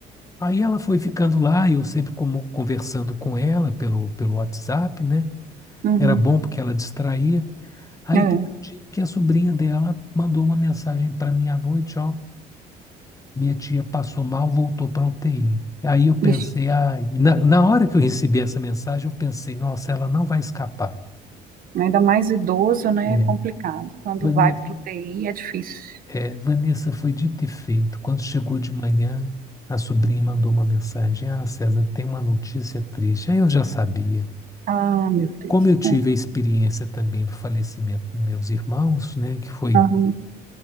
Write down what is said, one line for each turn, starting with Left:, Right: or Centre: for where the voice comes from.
Left: Aí ela foi ficando lá, eu sempre como conversando com ela pelo, pelo WhatsApp, né?
Right: uhum.
Left: Era bom porque ela distraía. Aí
Right: É.
Left: teve um dia que a sobrinha dela mandou uma mensagem para mim à noite, ó, minha tia passou mal, voltou para UTI. Aí eu pensei,
Right: Ixi.
Left: ai, na, na hora que eu recebi essa mensagem, eu pensei, nossa, ela não vai escapar.
Right: Ainda mais idoso, né?
Left: É,
Right: É complicado. Quando
Left: Vanessa,
Right: vai para o UTI é difícil.
Left: é, Vanessa foi dito e feito. Quando chegou de manhã, a sobrinha mandou uma mensagem, ah, César, tem uma notícia triste. Aí eu já sabia.
Right: Ah, meu Deus.
Left: Como eu tive
Right: É.
Left: a experiência também do falecimento dos meus irmãos, né, que foi,
Right: Aham,